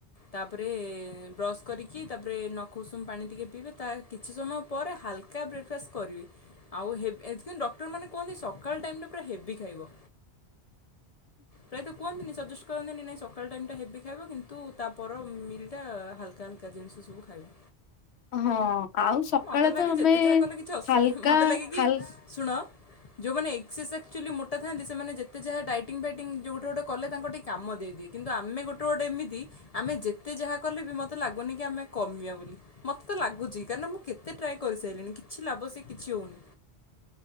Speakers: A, on the left; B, on the left.
A: ତାପରେ ବ୍ରସ୍ କରିକି ତାପରେ ନଖ ଉଷୁମ ପାଣି ଟିକେ ପିଇବେ, ତା କିଛି ସମୟ ପରେ ହାଲକା ବ୍ରେକ୍ଫାଷ୍ଟ କରିବେ ଆଉ ହେବ୍ ଏ କିନ୍ତୁ ଡକ୍ତରମାନେ କୁହନ୍ତି ସକାଳ ଟାଇମଟା ପୁରା ହେବି ଖାଇବ। ପ୍ରାୟତ କୁହନ୍ତିିନି ସଜେସ୍ କରନ୍ତିନି ନାଇଁ ସକାଳ ଟାଇମଟା ହେବି ଖାଇବ କିନ୍ତୁ ତାପର ମିଲ୍ଟା ହାଲକା ହାଲକା ଜିନିଷ ସବୁ ଖାଇବ।
B: ହଁ ଆଉ ସକାଳେ
A: ମୋତେ ଲାଗେ
B: ତ ଆମେ
A: ଯେତେ ଯାହା କଲେ କିଛି ଅସୁବିଧା
B: ହାଲକା
A: ମୋତେ ଲାଗେ କି
B: ହାଲ୍
A: ଶୁଣ ଯୋଉମାନେ ଏକ୍ସିସ ଆକ୍ଚୁଆଲି ମୋଟା ଥାଆନ୍ତି ସେମାନେ ଯେତେ ଯାହା ଡାଇଟିଙ୍ଗ ଫାଇଟିଂ ଯଉଁ ଗୋଟ ଗୋଟେ କଲେ ତାଙ୍କର ଟିକିଏ କାମ ଦେଇଦିଏ କିନ୍ତୁ ଆମେ ଗୋଟେ ଗୋଟେ ଏମିତି ଆମେ ଯେତେ ଯାହା କଲେ ବି ମୋତେ ଲାଗୁନି କି ଆମେ କମିଆ ବୋଲି, ମୋତେ ତ ଲାଗୁଚି କାରଣ ମୁଁ କେତେ ଟ୍ରାଏ କରିସାରିଲିଣି କିଛି ଲାଭ ସେ କିଛି ହଉନି।